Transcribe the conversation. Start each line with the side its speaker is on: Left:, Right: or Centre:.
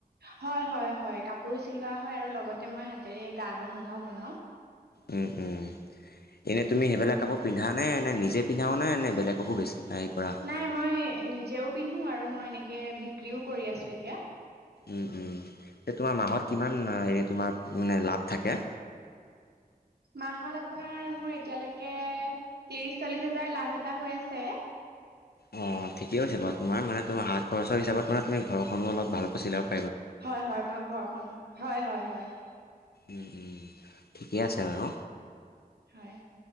Right: হয়, হয়, হয়, কাপোৰো চিলোৱা হয় আৰু লগতে মই হাতেৰে গা গহনাও বনাও।
Left: উম, উম, এনেই তুমি সেইবিলাক কপো পিন্ধা নে নিজে পিন্ধাওনে নে বেলেগকো বেছি হেৰি কৰা
Right: নাই মই নিজেও পিন্ধো আৰু মই এনেকে বিক্ৰীও কৰি আছোঁ এতিয়া।
Left: উম, উম, এ, তোমাৰ মাহত কিমান আ তোমাৰ মানে লাভ থাকে।
Right: মাহত আপোনাৰ মোৰ এতিয়ালৈকে ত্ৰিশ চল্লিশ হাজাৰ লাভ এটা হৈ আছে।
Left: অ', ঠিকেই হৈছে বাৰু, তোমাৰ মা তোমাৰ হাত খৰচৰ হিচাপত মানে তুমি ঘৰখনো অলপ ভালকৈ চিলাও
Right: হয়, হয়, মই ঘৰখনো, হয়, হয়, হয়।
Left: উম, উম, ঠিকে আছে বাৰু।
Right: হয়